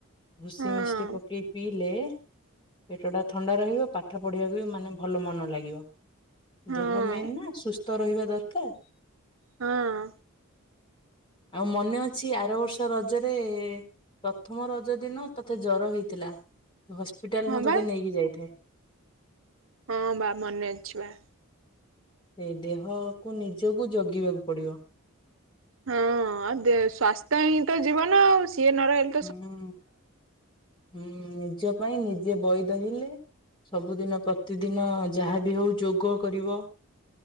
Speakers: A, on the left; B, on the right.
A: ଭୁସି
B: ହଁ
A: ମିଶ୍ରୀ ପକେଇ ପିଇଲେ ପେଟ ଟା ଥଣ୍ଡା ରହିବ, ପାଠ ପଢିବାକୁ ବି ମାନେ ଭଲ ମନ ଲାଗିବ।
B: ହଁ
A: ଦେହ ମେନ୍ ନା ସୁସ୍ଥ ରହିବା ଦରକାର।
B: ହଁ।
A: ଆଉ ମନେ ଅଛି ଆର ବର୍ଷ ରଜରେ ପ୍ରଥମ ରଜ ଦିନ ତୋତେ ଜର ହେଇଥିଲା। ହସ୍ପିଟାଲ
B: ହଁ
A: ମୁଁ
B: ବା
A: ତୋତେ ନେଇକି ଯାଇଥାଏ।
B: ହଁ ବା ମନେ ଅଛି ବା।
A: ଏଇ ଦେହକୁ ନିଜକୁ ଜଗିବାକୁ ପଡିବ।
B: ହଁ ଆ ଦେ ସ୍ଵାସ୍ଥ୍ୟ ହିଁ ତ ଜୀବନ ଆଉ ସିଏ ନ ରହି
A: ହୁଁ ହୁଁ ନିଜ ପାଇଁ ନିଜେ ବଇଦ ହେଲେ ସବୁଦିନ ପ୍ରତିଦିନ ଯାହାବି ହଉ ଯୋଗ କରିବ।